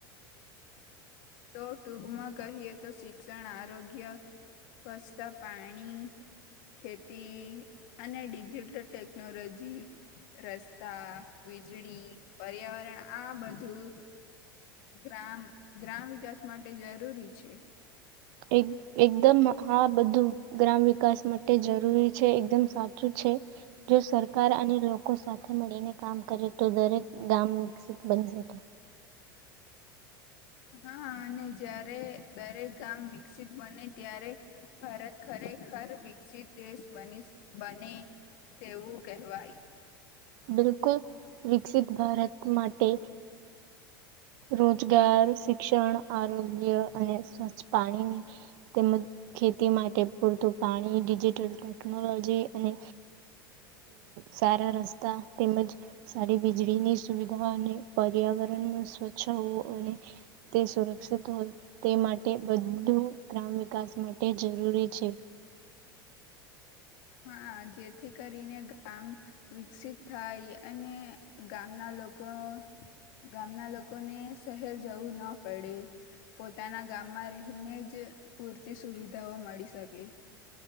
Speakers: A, on the left; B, on the right.
A: તો ટૂકમાં કહીએ તો શિક્ષણ આરોગ્ય સ્વચ્છતા પાણી ખેતી અને ડિજિટલ ટેકનોલોજી રસ્તા વીજળી પર્યાવરણ આ બધું ગ્રામ ગ્રામ વિકાસ માટે જરૂરી છે
B: એક એકદમ આ બધું ગ્રામ વિકાસ માટે જરૂરી છે એકદમ સાચું છે જો સરકાર અને લોકો સાથે મળીને કામ કરે તો દરેક ગામ વિકસિત બની શકે
A: હા અને જ્યારે દરેક ગામ વિકસિત બને ત્યારે ભારત ખરેખર વિકસિત દેશ બને તેવું કહેવાય
B: બિલકુલ વિકસિત ભારત માટે રોજગાર શિક્ષણ આરોગ્ય અને સ્વચ્છ પાણી તેમજ ખેતી માટે પૂરતું પાણી ડિજિટલ ટેકનોલોજી અને સારા રસ્તા તેમજ સારી વીજળીની સુવિધા અને પર્યાવરણ ન સ્વચ્છ હોવું અને તે સુરક્ષિત હોય તે માટે બધું ગ્રામ વિકાસ માટે જરૂરી છે
A: હા જેથી કરીને ગામ વિકસિત થાય અને ગામના લોકો ગામના લોકોને શહેર જવું ના પડે પોતાના ગામમાં રહીને જ પૂરતી સુવિધાઓ મળી શકે